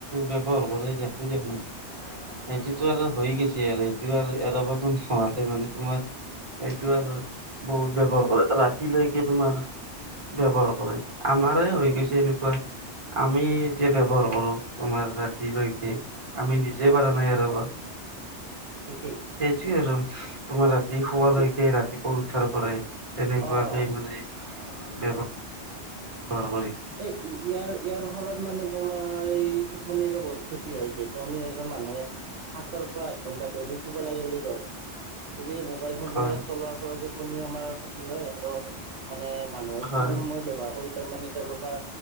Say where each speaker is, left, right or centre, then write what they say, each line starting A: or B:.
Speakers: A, on the right (about 30°); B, on the right (about 75°).
A: ব্যৱহাৰ কৰে দিয়া <unintelligible> সেইটোতো আৰু হৈয়ে গেছে আৰু এতিয়া আৰু এৰাবতো নোৱাৰে মানে। তোমাৰ এইটো আৰু বহুত ব্যৱহাৰ কৰে ৰাতিলৈকে তোমাৰ ব্যৱহাৰ কৰে। আমাৰে
B: উম
A: হৈ
B: উম
A: গেছে এনেকুৱা আমি এতিয়া ব্যৱহাৰ কৰো তোমাৰ ৰাতিলৈকে। আমি নিজে
B: হয়
A: পাৰা নাই এৰাবা
B: ঠিকেই
A: সেইটোয়ে আৰু তোমাৰ ৰাতি শুৱালৈকে
B: এইটো
A: ৰাতিপোৱা উঠাৰ পৰাই। তেনেকুৱাকে
B: অ
A: মানে ব্যৱহাৰ হয়
B: এ ইয়াৰ ইয়াৰ ফলত মানে তোমাৰ এই টোপনিৰো বহুত ক্ষতি হয় যিহেতু আমি এজন মানুহে সাতৰ পৰা আঠ ঘণ্টা দৈনিক শুব লাগে বুলি কয়। গতিকে এই মোবাইল ফোনটো
A: হয়
B: মানে চলোৱাৰ পৰা টোপনিও আমাৰ ক্ষতি হয় আৰু মানে মানুহে
A: হয়
B: কিমান সময় ব্যৱহাৰ কৰি পায় মানে তেওঁলোকৰ